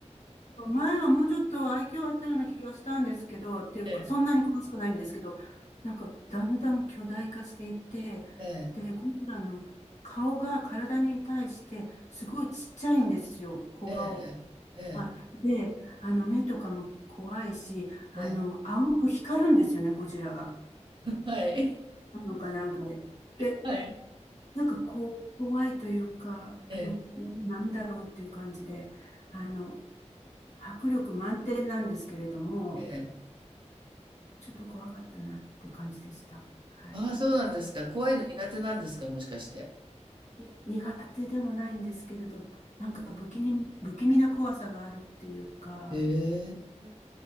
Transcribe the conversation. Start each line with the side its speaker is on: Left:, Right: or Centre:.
Left: 前はもうちょっと愛嬌あったような気がしたんですけど、っていうか、
Right: ええ、
Left: そんなに詳しくないんですけど、なんか、だんだん巨大化していって、
Right: ええ、
Left: で、ゴジラの顔が体に対して、すごいちっちゃいんですよ、小顔。
Right: ええ、ええ、
Left: はい。で、あの、目とかも怖いし、あの、
Right: ええ。
Left: 青く光るんですよね、ゴジラが。
Right: はい。
Left: あのかなんかで。
Right: <laughs>
Left: で
Right: はい。
Left: なんかこう、怖いというか、
Right: ええ、
Left: あの、なんだろうっていう感じで、あの、迫力満点なんですけれども、
Right: ええ。
Left: ちょっと怖かったなっていう感じでした。はい。
Right: あ、そうなんですか。怖いの苦手なんですかもしかして。
Left: いや、苦手でもないんですけれど、なんか不気味、不気味な怖さがあるっていうか、
Right: ええ。